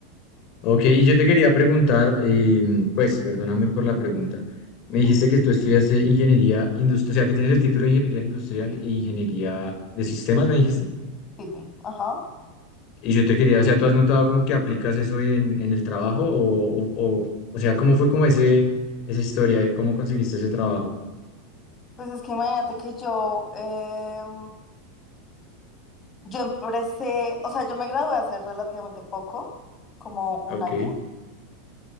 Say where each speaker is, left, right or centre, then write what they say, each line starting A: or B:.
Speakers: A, on the left; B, on the left.
A: Ok, y yo te quería preguntar, eh, pues perdóname por la pregunta.
B: <laughs>
A: Me dijiste que tú estudiaste ingeniería industrial, o sea, que tienes el título de ingeniería industrial e ingeniería de sistemas, me dijiste.
B: Tipi, ajá.
A: Y yo te quería, o sea, ¿tú has notado como que aplicas eso en, en el trabajo? O, o, o, o sea, ¿cómo fue como ese, esa historia de cómo conseguiste ese trabajo?
B: Pues es que imagínate que yo... em, Yo empecé, o sea, yo me gradué hace relativamente poco, como un
A: Ah, Ok.
B: año,